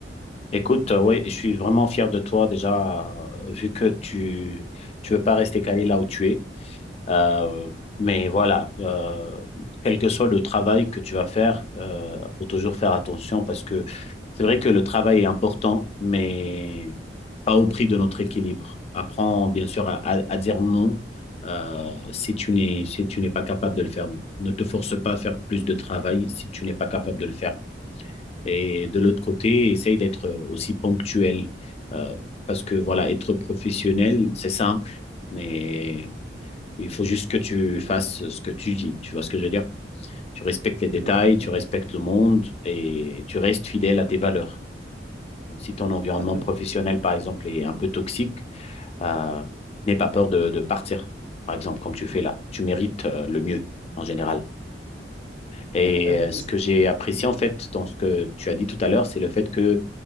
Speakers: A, on the left; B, on the right.
A: Écoute, euh, oui, je suis vraiment fier de toi déjà, euh, vu que tu tu veux pas rester calé là où tu es. Euh, mais voilà, euh, quel que soit le travail que tu vas faire, euh, faut toujours faire attention parce que c'est vrai que le travail est important, mais pas au prix de notre équilibre. Apprends bien sûr à, à- à dire non euh, si tu n'es si tu n'es pas capable de le faire. Ne te force pas à faire plus de travail si tu n'es pas capable de le faire. Et de l'autre côté, essaye d'être aussi ponctuel euh, parce que voilà, être professionnel, c'est simple. Mais il faut juste que tu fasses ce que tu dis. Tu vois ce que je veux dire Tu respectes les détails,
B: vous.
A: tu
B: Tout
A: respectes le monde et tu restes fidèle à tes valeurs. Si ton environnement
B: à
A: professionnel, par exemple, est un peu toxique, euh, n'aie pas peur de, de, partir. Par exemple, comme tu fais là, tu mérites euh, le mieux en général. Et
B: fait.
A: euh, ce que j'ai apprécié en fait dans ce que tu as dit tout à l'heure, c'est le fait que